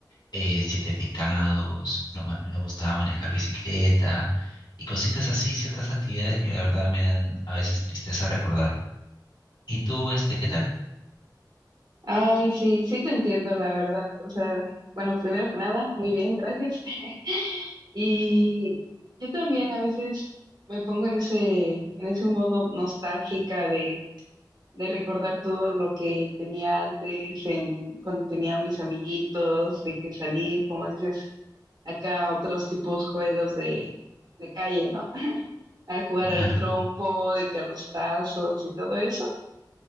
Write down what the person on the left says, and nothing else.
eh, siete pecados, no ma- me gustaba manejar bicicleta y cositas así, ciertas actividades que la verdad me dan a veces tristeza recordar. ¿Y tú, este, qué tal?
Claro.